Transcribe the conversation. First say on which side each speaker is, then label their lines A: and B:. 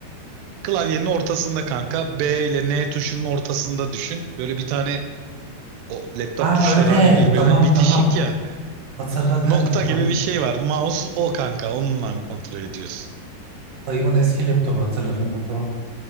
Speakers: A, on the right; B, on the right.
A: klavyenin ortasında kanka B ile N tuşunun ortasında düşün. Böyle bir tane o laptop
B: Ha
A: tuşları
B: öyle.
A: hani birbirine
B: Tamam
A: bitişik
B: tamam.
A: ya.
B: Hatırladım
A: Nokta
B: tamam.
A: gibi bir şey var. Mouse o kanka onunla kontrol ediyorsun.
B: Dayımın eski laptopu hatırladım ben tamam.